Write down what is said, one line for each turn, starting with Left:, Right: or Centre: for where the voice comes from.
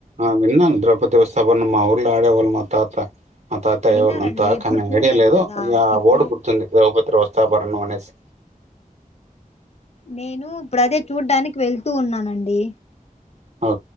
Right: ఆ విన్నాను ద్రౌపది వస్త్రాభరణం మా ఊర్లా ఆడేవాళ్ళు మా తాత మా తాతయ్య
Left: విన్నారండి
Right: ఎవలో అంతా
Left: ఎప్పుడు
Right: కానీ
Left: చూడలేదు
Right: ఐడియా లేదు
Left: కదా
Right: ఇగ
Left: ఇప్పుడు
Right: వర్డ్ గుర్తుంది. ద్రవపతి వస్త్రాభరణం అనేసి
Left: నేను ఇప్పుడు అదే చూడ్డానికి వెళ్తూ ఉన్నానండి
Right: ఓ